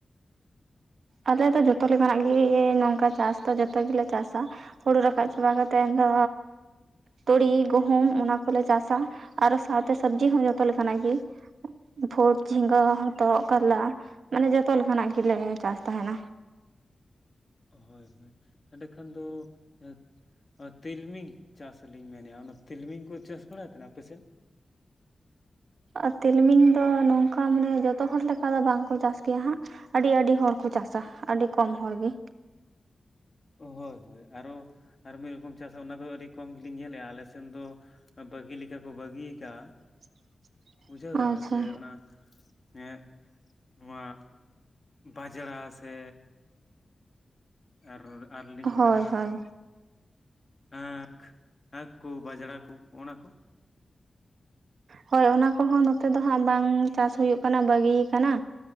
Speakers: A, on the right (about 85°); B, on the left (about 35°).
A: ᱟᱞᱮ ᱫᱚ ᱡᱚᱛᱚ ᱞᱮᱠᱟᱱᱟᱜ ᱜᱮ ᱱᱚᱝᱠᱟ ᱪᱟᱥ ᱫᱚ ᱡᱚᱛᱚ ᱜᱮᱞᱮ ᱪᱟᱥᱟ ᱾ ᱦᱩᱲᱩ ᱨᱟᱠᱟᱵ ᱪᱟᱵᱟ ᱠᱟᱛᱮᱱ ᱫᱚᱻ ᱛᱩᱲᱤ ᱜᱩᱦᱩᱢ ᱚᱱᱟ ᱠᱚᱞᱮ ᱪᱟᱥᱟ ᱟᱨᱚ ᱥᱟᱶᱛᱮ ᱥᱟᱹᱵᱽᱡᱤ ᱦᱚᱸ ᱡᱚᱛᱚ ᱞᱮᱠᱟ ᱱᱟᱜ ᱜᱤ᱾ ᱩᱸ ᱯᱷᱩᱴ ᱡᱷᱤᱸᱜᱟᱹ ᱦᱚᱛᱚᱜ ᱠᱟᱨᱞᱟ ᱢᱟᱱᱮ ᱡᱚᱛᱚ ᱞᱮᱠᱟ ᱱᱟᱜ ᱜᱮᱞᱮ ᱪᱟᱥ ᱛᱟᱦᱮᱸᱱᱟ᱾
B: ᱦᱚᱭ ᱦᱚᱭ ᱮᱸᱰᱮᱠᱷᱟᱱ ᱫᱚ ᱮᱫ ᱚ ᱛᱤᱞᱢᱤᱧ ᱪᱟᱥ ᱞᱤᱧ ᱢᱮᱱᱮᱜᱼᱟ, ᱚᱱᱟ ᱛᱤᱞᱢᱤᱧ ᱠᱚ ᱪᱟᱥ ᱵᱟᱲᱟᱭ ᱛᱟᱦᱮᱱᱟ ᱟᱯᱮ ᱥᱮᱫ?
A: ᱚ ᱛᱤᱞᱢᱤᱧ ᱫᱚ ᱱᱚᱝᱠᱟ ᱢᱟᱱᱮ ᱡᱚᱛᱚ ᱦᱚᱲ ᱞᱮᱠᱟ ᱫᱚ ᱵᱟᱝ ᱠᱚ ᱪᱟᱥ ᱜᱮᱭᱟ ᱦᱟᱸᱜ᱾ ᱟᱹᱰᱤ ᱟᱹᱰᱤ ᱦᱚᱲ ᱠᱚ ᱪᱟᱥᱟ ᱟᱹᱰᱤ ᱠᱚᱢ ᱦᱚᱲ ᱜᱤ᱾
B: ᱟ ᱦᱳᱭ ᱦᱳᱭ ᱟᱨᱚ ᱟᱨ ᱢᱤᱫ ᱨᱚᱠᱚᱢ ᱪᱟᱥ ᱚᱱᱟ ᱫᱚ ᱟᱹᱰᱤ ᱠᱚᱢ ᱜᱤᱞᱤᱧ ᱧᱮᱞᱮᱜᱼᱟ ᱟᱞᱮ ᱥᱮᱱ ᱫᱚ ᱟ ᱵᱟᱹᱜᱤ ᱞᱮᱠᱟ ᱠᱚ ᱵᱟᱹᱜᱤ ᱟᱠᱟᱜᱼᱟ᱾
A: <unintelligible>
B: ᱵᱩᱡᱷᱟᱹᱣ ᱫᱟᱵᱮᱱ
A: ᱟᱪᱪᱷᱟ
B: ᱥᱮ ᱚᱱᱟ ᱮᱸᱜ ᱱᱚᱣᱟ ᱵᱟᱡᱽᱲᱟ ᱥᱮ ᱟᱨ ᱟᱨ ᱞᱤᱧ
A: ᱦᱳᱭ
B: ᱢᱮᱱᱟ
A: ᱦᱳᱭ
B: ᱟᱺ ᱟᱺᱠᱷ ᱠᱩ ᱵᱟᱡᱽᱲᱟ ᱠᱩ ᱚᱱᱟ ᱠᱩ?
A: ᱦᱚᱭ ᱚᱱᱟ ᱠᱚᱦᱚᱸ ᱱᱚᱛᱮ ᱫᱚ ᱦᱟᱸᱜ ᱵᱟᱝ ᱪᱟᱥ ᱦᱩᱭᱩᱜ ᱠᱟᱱᱟ ᱵᱟᱹᱜᱤ ᱭᱟᱠᱟᱱᱟ᱾